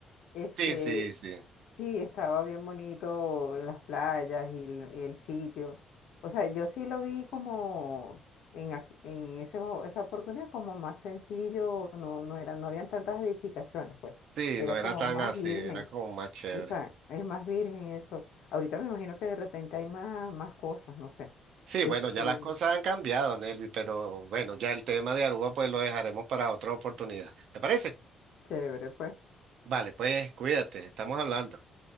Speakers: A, on the left (about 70°); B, on the right (about 60°).
A: Este,
B: Sí, sí, sí.
A: sí, estaba bien bonito las playas y el, y el sitio. O sea, yo sí lo vi como en, aqu- en ese, mo- esa oportunidad como más sencillo, no, no eran, no habían tantas edificaciones, pues.
B: Sí,
A: Era
B: no era
A: como
B: tan
A: más
B: así,
A: virgen.
B: era como más chévere.
A: Esa, es más virgen eso. Ahorita me imagino que de repente hay más, más cosas, no sé.
B: Sí,
A: Este,
B: bueno, ya las cosas han cambiado, Nelvi, pero bueno, ya el tema de Aruba pues lo dejaremos para otra oportunidad. ¿Te parece?
A: chévere, pues.
B: Vale, pues cuídate, estamos hablando.